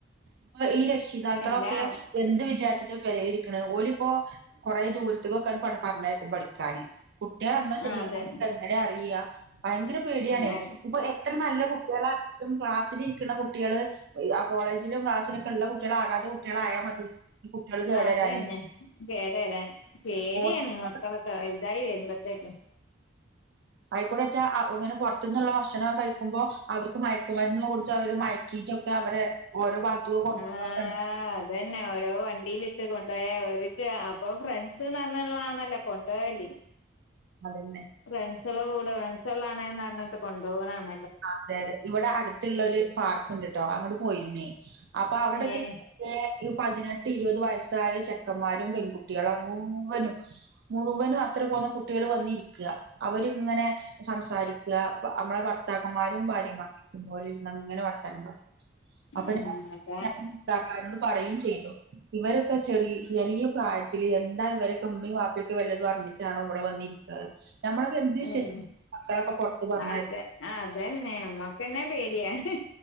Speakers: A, on the right; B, on the left.
A: ഇപ്പൊ ഈ രക്ഷിതാക്കളൊക്കെ
B: എല്ലാം
A: എന്ത് വിചാരിച്ചിട്ട പെരേല് ക്കണ്. ഓലിപ്പോ കൊറേ ദൂരത്തക്കൊക്കേണ് പറഞ്ഞേക്കും പഠിക്കാന്. കുട്ട്യേള് എന്താ ചെയ്യാന്ന്
B: ആ അതെ
A: നമുക്ക് എങ്ങനെയാ അറിയ്യാ ഭയങ്കര പേടിയാണേ.
B: ഉം
A: ഇപ്പൊ എത്ര നല്ല കുട്ടികളാ ലും ക്ലാസ്സിലിരിക്ക്ണ കുട്ടികള് ആ കോളേജ് ജിലും ക്ലാസിലൊക്കെ ഉള്ള കുട്ടികള് ആകാത കുട്ടികളായാൽ മതി. ഈ കുട്ടികള് കേടരാന്
B: അതന്നെ. <unintelligible> പേടിയാണ്
A: ഹോസ്റ്റലിലൊക്കെ
B: മക്കളൊക്കെ വൽതായി വരുമ്പ ത്തേക്കും
A: ആയിക്കൂടെച്ചാ അങ്ങനെ പൊറത്ത്ന്ന്ള്ള ഭക്ഷണം കഴിക്കുമ്പോ അവർക്ക് മയക്കുമരുന്ന് കൊടുത്ത് അവര് മയക്കി ഇതൊക്കെ അവരെ ഓരോ ഭാഗത്തക്ക് കൊണ്ടു
B: ആ അതന്നെ ഓരോ വണ്ടിയിലിട്ട് കൊണ്ട ഏഹ് ഓര്ക്ക് അപ്പൊ ഫ്രണ്ട്സ്ന്ന് പറഞ്ഞള്ളാണല്ലോ കൊണ്ട് പോവല്.
A: അതന്നെ
B: ഫ്രെണ്ട്സ്കളെ കൂടെ ഫ്രണ്ട്സ്കള് ആണേന്ന് പറഞ്ഞിട്ട് കൊണ്ടുപോണാണ
A: അതെ അതെ ഇവിടെ അടുത്തുള്ള ഒരു പാർക്ക്ണ്ട്ട്ടോ അങ്ങട്ട് പോയിരുന്നേ. അപ്പൊ അവിടെക്കെ
B: ഏ
A: ഈഹ് പതിനെട്ട് ഇരുപത് വയസ്സായ ചെക്കന്മാരും പെൺകുട്ടികളും മുഴുവനും മുഴുവനും അത് ത്ര് പോകുന്ന കുട്ടികൾ വന്നിരിക്ക. അവരിങ്ങനെ സംസാരിക്ക്ക. നമ്മളെ ഭർ ത്താക്കന്മാരും ഭാര്യമാരും പോലിരുന്ന് അങ്ങനെ വർത്താനം പറയാ അപ്പൊ
B: ഉം
A: ഞാൻ
B: അതാണ്
A: <unintelligible> നോട്‌ പറയും ചെയ്തു. ഇവരൊക്കെ ചെറി ചെറിയ പ്രായത്തില് എന്താ ഇവരൊക്കെ ഉമ്മയും വാപ്പയൊക്കെ വല്ലതും അറിഞ്ഞിട്ടാണോ ഇവിടെ വന്നിരി ഞമ്മളൊക്കെ എന്ത് വിശ്വസിച്ച്
B: ഉം
A: മക്കളൊക്കെ പൊറത്ത് പറഞ്ഞയക്
B: അതെ അതന്നെ നമ്മക്കന്നെ പേടിയാണ്.